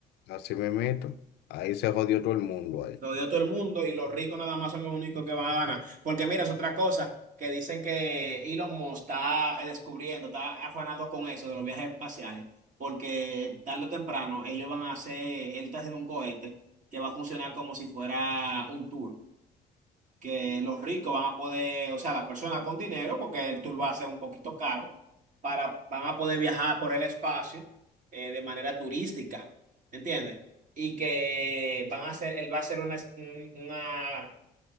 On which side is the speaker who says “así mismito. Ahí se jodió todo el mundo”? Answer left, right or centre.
Left